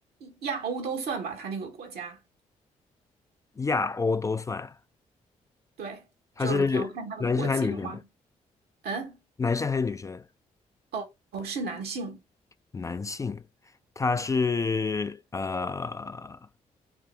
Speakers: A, on the right (about 75°); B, on the left (about 20°).
A: 亚欧都算吧，他那个国家。
B: 亚欧都算，
A: 对，
B: 他是
A: 就是你要看他的国籍的话，
B: 男生还是女生？
A: 嗯，
B: 男生还是女生？
A: 哦哦，是男性，
B: 男性，他是呃，